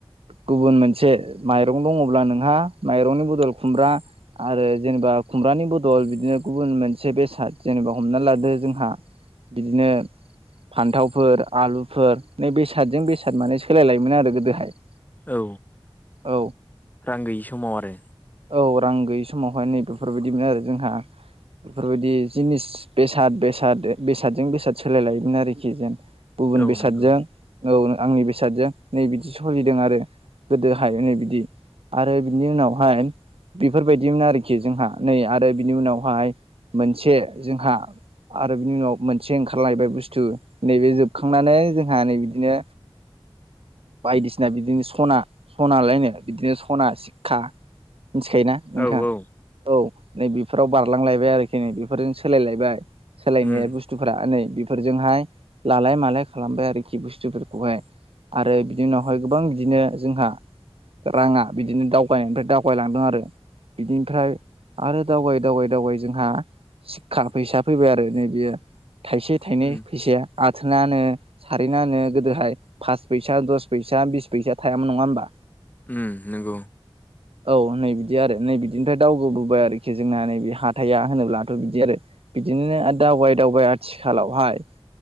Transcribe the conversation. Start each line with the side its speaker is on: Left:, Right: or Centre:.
Right: गुबुन मोनसे माइरं दङब्ला नोंहा माइरंनि बदल खुमब्रा आरो जेनेबा खुमब्रानि बदल बिदिनो गुबुन मोनसे बेसाद जेनेबा हमना लादो जोंहा बिदिनो फान्थावफोर आलुफोर नै बेसादजों बेसाद माने सोलायलायोमोन आरो गोदोहाय
Left: औ
Right: औ
Left: रां गैयि समाव आरो
Right: औ रां गैयि समावहाय नै बेेफोरबायदिमोन आरो जोंहा बेफोरबायदि जिनिस बेसाद-बेसाद बेसादजों बेसाद सोलाय लायोमोन आरोखि जेन गुबुन
Left: औ
Right: बेसादजों
Left: नंगौ
Right: औ आंनि बेसादजों नै बिदि सोलिदों आरो गोदोहाय नै बिदि आरो बिनि उनावहाय बेफोरबायदिमोन आरोखि जोंहा नै आरो बिनि उनावहाय मोनसे जोंहा आरो बिनि उनाव मोनसे ओंखारलायबाय बुस्थु नैबे जोबखांनानै जोंहा नै बिदिनो
Left: <inaudible>
Right: बायदिसिना बिदिनो सना सनालायनो बिदिनो सना सिशखा मिथिखायोना नोंथाङा।
Left: औ औ
Right: औ नै बेफोराव बारलांलायबाय आरोखि नै बेफोरजों सोलायलायबाय सोलायनाया
Left: उम
Right: बुस्थु बुस्थुफोरा नै बेफोरजोंहाय लालाय मालाय खालामबाय आरोखि बुस्थुफोरखौहाय आरो बिनि उनावहाय गोबां बिदिनो जोंहा रांङा बिदिनो दावगायनायनिफ्राय दावगायलांदों आरो बिदिनिफ्राय आरो दावगायै दावगायै दावगायै जोंहा सिखखा फैसा फैबाय आरो नैबियो थाइसे थाइनै
Left: उम
Right: फैसाया आथोनानो सारेना होनो गोदोहाय पास फैसा दस फैसा बिस फैसा थायामोन नंङा होमबा?
Left: उम नोंगौ।
Right: औ नै बिदि आरो नै बिदिनिफ्राय दाव गोब हाय आरोखि जोंना नैबे हाथाइा होनोब्लाथ' बिदि आरो। बिदिनो आरो दावबाय-दावबाय आथिखालावहाय